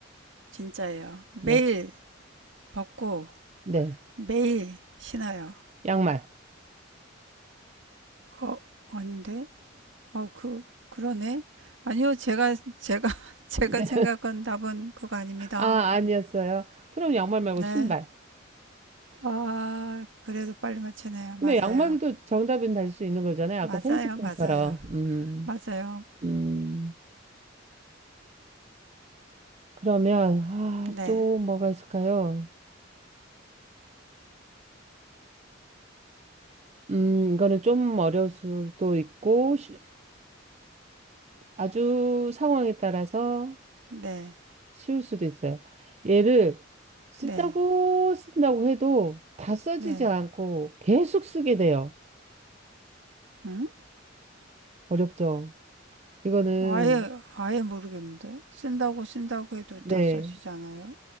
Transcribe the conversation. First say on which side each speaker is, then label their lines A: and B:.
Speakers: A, on the right; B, on the right.
A: 진짜예요. 매일
B: 네,
A: 벗고
B: 네.
A: 매일 신어요.
B: 양말.
A: 어, 아닌데? 어, 그, 그러네? 아니요, 제가, 제가, <laughs> 제가
B: <laughs> 네.
A: 생각한 답은 그거 아닙니다.
B: 아, 아니었어요. 그럼 양말 말고
A: 네.
B: 신발.
A: 아, 그래도 빨리 맞추네요. 맞아요.
B: 근데 양말도 정답은 달 수 있는 거잖아요.
A: 맞아요,
B: 아까 생수병처럼.
A: 맞아요.
B: 음,
A: 맞아요.
B: 음. 그러면, 아,
A: 네,
B: 또 뭐가 있을까요? 음, 이거는 좀 어려울 수도 있고, 쉬- 아주 상황에 따라서
A: 네,
B: 쉬울 수도 있어요. 얘를 쓴다고
A: 네,
B: 쓴다고 해도 다 써지지
A: 네.
B: 않고 계속 쓰게 돼요.
A: 응?
B: 어렵죠? 이거는,
A: 아예, 아예 모르겠는데? 쓴다고 쓴다고 해도
B: 네.
A: 다 써지잖아요.